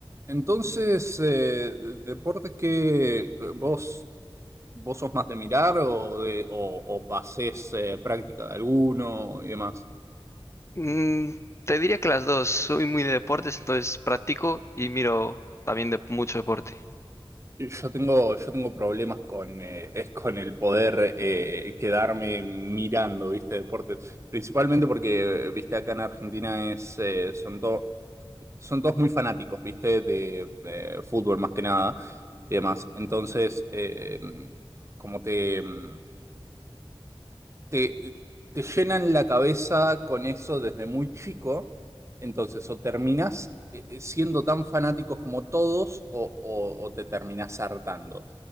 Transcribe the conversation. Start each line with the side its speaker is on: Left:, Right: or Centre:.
Right: Entonces, eh, deportes que eh, vos, vos sos más de mirar o, de, o, o hacés eh, práctica de alguno y demás.
Left: Mm, te diría que las dos. Soy muy de deportes, entonces practico y miro también de mucho deporte.
Right: Y Yo tengo, yo tengo problemas con, eh, es con el poder eh, quedarme mirando, ¿viste? Deportes. Principalmente porque, viste, acá en Argentina es, eh, son todos son todos muy fanáticos, ¿viste? De, eh, fútbol más que nada y demás. Entonces, eh, como te... mm, te, eh, te llenan la cabeza con eso desde muy chico, entonces o terminás eh, eh, siendo tan fanáticos como todos o, o- o te terminás hartando.